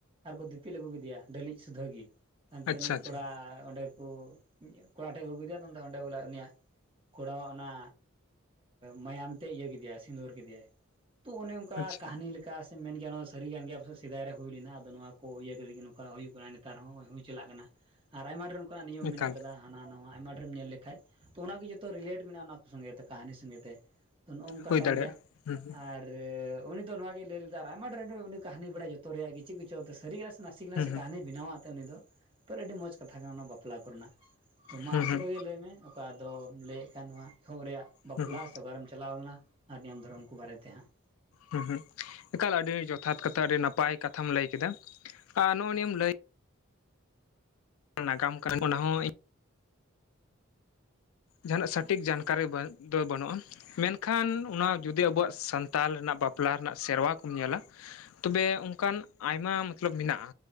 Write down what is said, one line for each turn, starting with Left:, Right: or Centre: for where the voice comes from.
Right: ᱟᱨ ᱠᱚ ᱫᱤᱯᱤᱞ ᱟᱹᱜᱩ ᱠᱮᱫᱮᱭᱟ ᱰᱮᱞᱤᱡ ᱥᱩᱫᱷᱟᱹᱜᱤ ᱾ ᱛᱟᱭᱚᱢᱛᱮ
Left: ᱟᱪᱪᱷᱟ
Right: ᱩᱱᱤ
Left: ᱟᱪᱪᱷᱟ
Right: ᱠᱚᱲᱟ ᱚᱸᱰᱮ ᱠᱚ ᱠᱚᱲᱟ ᱴᱷᱮᱱ ᱠᱚ ᱟᱹᱜᱩᱠᱮᱫᱮᱭᱟ ᱚᱸᱰᱮ ᱵᱚᱞᱮ ᱩᱱᱤᱭᱟᱜ ᱠᱚᱲᱟᱣᱟᱜ ᱚᱱᱟ ᱢᱟᱭᱟᱢ ᱛᱮ ᱤᱭᱟᱹ ᱠᱮᱫᱮᱭᱟᱭ ᱥᱤᱸᱫᱩᱨ ᱠᱮᱫᱮᱭᱟᱭ ᱾ ᱛᱚ ᱚᱱᱮ ᱚᱱᱠᱟ
Left: ᱟᱪᱪᱷᱟ
Right: ᱠᱟᱹᱦᱱᱤ ᱞᱮᱠᱟ ᱥᱮ ᱢᱮᱱ ᱜᱮᱭᱟ ᱚᱱᱟ ᱫᱚ ᱥᱟᱹᱨᱤ ᱠᱟᱱ ᱜᱮᱭᱟ ᱥᱮ ᱥᱮᱫᱟᱭ ᱨᱮ ᱦᱩᱭ ᱞᱮᱱᱟ ᱟᱫᱚ ᱱᱚᱣᱟ ᱠᱚ ᱤᱭᱟᱹ ᱠᱟᱛᱮ ᱜᱮ ᱾ ᱠᱟ ᱦᱩᱭᱩᱜ ᱠᱟᱱᱟ ᱱᱮᱛᱟᱨ ᱦᱚᱸ ᱱᱚᱜᱚᱭ ᱦᱩᱭ ᱪᱟᱞᱟᱜ ᱠᱟᱱᱟ ᱟᱨ ᱟᱭᱢᱟ ᱰᱷᱮᱨ ᱚᱱᱠᱟᱱᱟᱜ ᱱᱤᱭᱚᱢ
Left: ᱮᱠᱟᱞ
Right: ᱢᱮᱱᱟᱜ ᱟᱠᱟᱫᱟ ᱾ ᱦᱟᱱᱟ ᱱᱟᱣᱟ ᱟᱭᱢᱟ ᱰᱷᱮᱨᱮᱢ ᱧᱮᱞ ᱞᱮᱠᱷᱟᱡ ᱛᱚ ᱚᱱᱟᱜᱮ ᱡᱚᱛᱚ ᱨᱤᱞᱮᱴ ᱢᱮᱱᱟᱜᱼᱟ ᱚᱱᱟ ᱠᱚ ᱥᱚᱸᱜᱮ ᱛᱮ ᱠᱟᱹᱦᱱᱤ ᱥᱚᱸᱜᱮᱛᱮ ᱾ ᱛᱚ ᱱᱚᱚᱜᱝᱠᱟ
Left: ᱦᱩᱭ
Right: ᱠᱟᱱ
Left: ᱫᱟᱲᱮᱭᱟᱜᱼᱟ
Right: ᱜᱮᱭᱟ
Left: ᱦᱩᱸ
Right: ᱟᱨ ᱟᱨ ᱩᱱᱤ ᱫᱚ ᱱᱚᱣᱟ ᱜᱮᱭ ᱞᱟᱹᱭ ᱞᱮᱫᱟ ᱟᱭᱢᱟ ᱰᱷᱮᱨ ᱨᱮ ᱩᱱᱤ ᱠᱚ ᱠᱟᱦᱱᱤ ᱵᱟᱲᱟᱭ ᱡᱚᱛᱚ ᱨᱮᱭᱟᱜ ᱜᱮ ᱪᱮᱫ ᱠᱚᱪᱚᱝ ᱥᱟᱹᱨᱤ ᱠᱟᱱᱟ ᱥᱮ ᱱᱟᱥᱮ
Left: ᱦᱩᱸ
Right: ᱥᱮ ᱾ ᱵᱮᱱᱟᱣᱟ ᱩᱱᱤ ᱫᱚ ᱟᱹᱰᱤ ᱢᱚᱡᱽ ᱠᱟᱛᱷᱟ ᱠᱟᱱᱟ ᱚᱱᱟ ᱵᱟᱯᱞᱟ ᱠᱚᱨᱮᱱᱟᱜ ᱛᱚ ᱢᱟ
Left: ᱦᱩᱸ
Right: ᱟᱢ ᱥᱮᱫ
Left: ᱦᱩᱸ ᱦᱩᱸ
Right: ᱠᱷᱚᱱᱜᱮ ᱞᱟᱹᱭᱢᱮ? ᱚᱠᱟ ᱫᱚᱢ ᱞᱟᱹᱭᱮᱫ ᱠᱟᱱ ᱱᱚᱣᱟ ᱮᱦᱚᱵ ᱨᱮᱭᱟᱜ ᱵᱟᱯᱞᱟ
Left: ᱦᱩᱸ ᱦᱩᱸ
Right: ᱥᱮ ᱚᱠᱟᱨᱮᱢ ᱪᱟᱞᱟᱣ ᱞᱮᱱᱟ ᱟᱨ ᱱᱤᱭᱚᱢ ᱫᱷᱚᱨᱚᱢ ᱠᱚ ᱵᱟᱨᱮᱛᱮ ᱦᱟᱸᱜ ᱾
Left: ᱦᱩᱸ ᱦᱩᱸ ᱮᱠᱟᱞ ᱟᱹᱰᱤ ᱡᱚᱛᱷᱟᱛ ᱠᱟᱛᱷᱟ ᱟᱹᱰᱤ ᱱᱟᱯᱟᱭ ᱠᱟᱛᱷᱟᱢ ᱞᱟᱹᱭ ᱠᱮᱫᱟ ᱟᱨ ᱱᱚᱜ ᱚ ᱱᱤᱭᱟᱹᱢ ᱞᱟᱹᱭ ᱱᱟᱜᱟᱢ ᱠᱟᱱᱟ ᱚᱱᱟ ᱦᱚᱸ ᱤᱧ ᱡᱟᱦᱟᱱᱟᱜ ᱥᱚᱴᱷᱤᱠ ᱡᱟᱱᱠᱟᱨᱤ ᱫᱚ ᱵᱟᱹᱱᱩᱜᱼᱟ ᱾ ᱢᱮᱱᱠᱷᱟᱱ ᱚᱱᱟ ᱡᱩᱚᱫᱤ ᱟᱵᱚᱣᱟᱜ ᱥᱟᱱᱛᱟᱞ ᱨᱮᱱᱟᱜ ᱵᱟᱯᱞᱟ ᱨᱮᱱᱟᱜ ᱥᱮᱨᱣᱟ ᱠᱚᱢ ᱧᱮᱞᱟ, ᱛᱚᱵᱮ ᱚᱱᱠᱟᱱ ᱟᱭᱢᱟ ᱢᱚᱛᱞᱚᱵ ᱢᱮᱱᱟᱜᱼᱟ